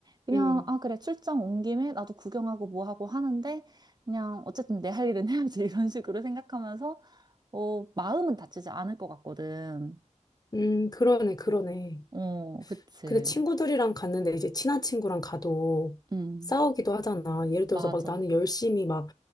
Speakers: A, on the right; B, on the left.
A: 그냥,
B: 음,
A: 아, 그래, 출장 온 김에 나도 구경하고 뭐 하고 하는데 그냥 어쨌든 내 할 일은 해야지. <laughs> 이런 식으로 생각하면서 어, 마음은 다치지 않을 것 같거든.
B: 음, 그러네, 그러네.
A: 어, 그치.
B: 근데 친구들이랑 갔는데 이제 친한 친구랑 가도
A: 음,
B: 싸우기도 하잖아. 예를 들어서
A: 맞아.
B: 막 나는 열심히 막